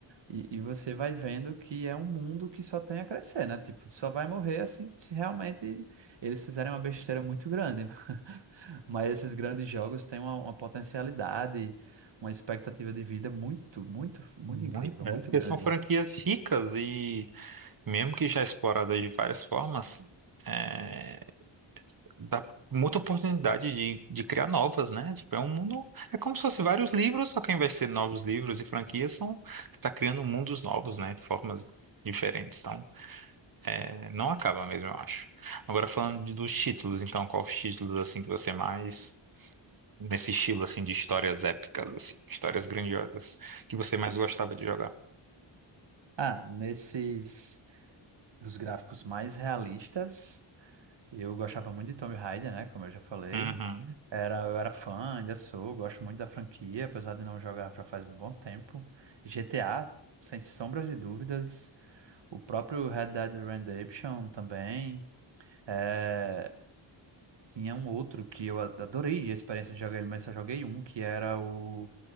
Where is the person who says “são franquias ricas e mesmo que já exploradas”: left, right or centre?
Right